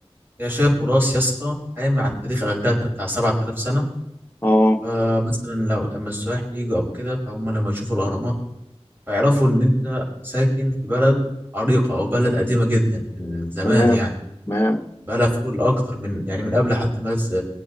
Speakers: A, on the right; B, on the left.
A: يا شايف تراث يا اسطى فاهم عن تاريخ اجدادنا بتاع 7000 سنه
B: اه
A: فمثلا لو اما السياح يجوا او كده فهم لما يشوفوا الاهرامات فيعرفوا ان انت ساكن في بلد عريقة او بلد قديمة جدا من زمان
B: تمام
A: يعني
B: تمام
A: بقالها في كل اكتر من يعني من قبل حتى ما س-